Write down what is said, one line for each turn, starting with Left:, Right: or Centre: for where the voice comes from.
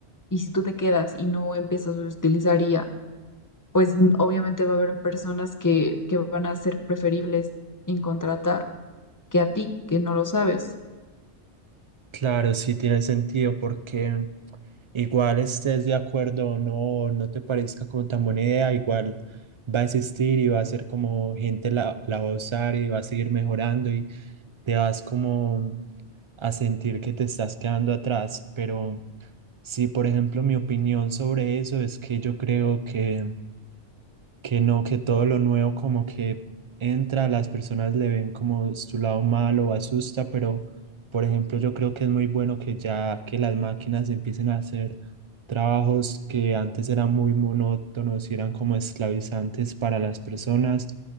Left: y si tú te quedas y no empiezas a utilizar IA, pues n- obviamente va a haber personas que, que van a ser preferibles en contratar que a ti, que no lo sabes.
Right: Claro, sí tiene sentido porque Igual estés de acuerdo o no, no te parezca como tan buena idea, igual va a existir y va a ser como gente la, la va a usar y va a seguir mejorando y te vas como a sentir que te estás quedando atrás. Pero sí, por ejemplo, mi opinión sobre eso es que yo creo que que no, que todo lo nuevo como que entra, las personas le ven como su lado malo o asusta, pero por ejemplo yo creo que es muy bueno que ya que las máquinas empiecen a hacer trabajos que antes eran muy monótonos y eran como esclavizantes para las personas